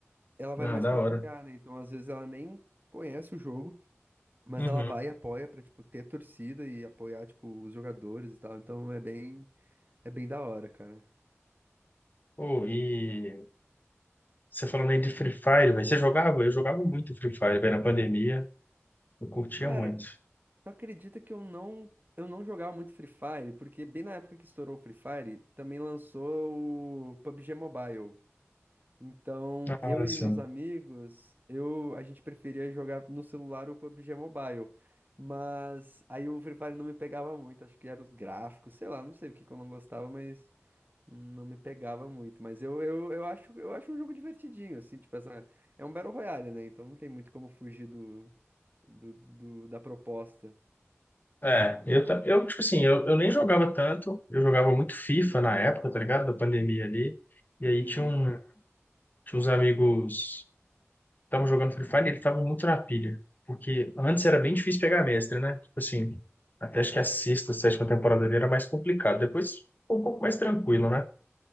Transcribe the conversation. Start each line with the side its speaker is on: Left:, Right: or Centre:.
Right: ela vai
Left: Ah,
Right: mais
Left: da
Right: pra
Left: hora.
Right: apoiar, né? Então, às vezes ela nem conhece o jogo, mas
Left: Uhum.
Right: ela vai e apoia pra, tipo, ter torcida e apoiar, tipo, os jogadores e tal. Então, é bem, é bem da hora, cara.
Left: Pô, e você falando aí de Free Fire, velho, você jogava? Eu jogava muito Free Fire, velho, na pandemia. Eu curtia
Right: Cara,
Left: muito.
Right: tu acredita que eu não, eu não jogava muito Free Fire? Porque bem na época que estourou o Free Fire, também lançou o PUBG Mobile. Então,
Left: Nossa.
Right: eu e meus amigos, eu, a gente preferia jogar no celular o PUBG Mobile. Mas aí o Free Fire não me pegava muito, acho que eram os gráficos, sei lá, não sei o que que eu não gostava, mas não me pegava muito. Mas eu, eu, eu acho, eu acho um jogo divertidinho, assim, tipo, essa, é um Battle Royale, né? Então não tem muito como fugir do, do, do- da proposta.
Left: É, eu, ta- eu tipo assim, eu, eu nem jogava tanto, eu jogava muito FIFA na época, tá ligado? Da pandemia ali. E aí
Right: Uhum.
Left: tinha, um, tinha uns amigos que estavam jogando Free Fire e eles estavam muito na pilha. Porque antes era bem difícil pegar mestre, né? Tipo assim, até acho que a sexta, sétima temporada ali era mais complicado. Depois ficou um pouco mais tranquilo, né?